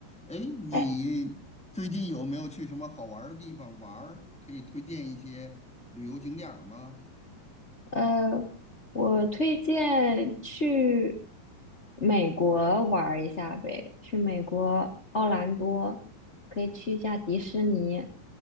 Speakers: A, in the centre; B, on the left (about 60°).
A: 哎，你最近有没有去什么好玩儿的地方玩儿？
B: 哎，
A: 可以推荐一些旅游景点儿吗？
B: 呃，我推荐去美国玩儿一下呗，去美国奥兰多，可以去一下迪士尼。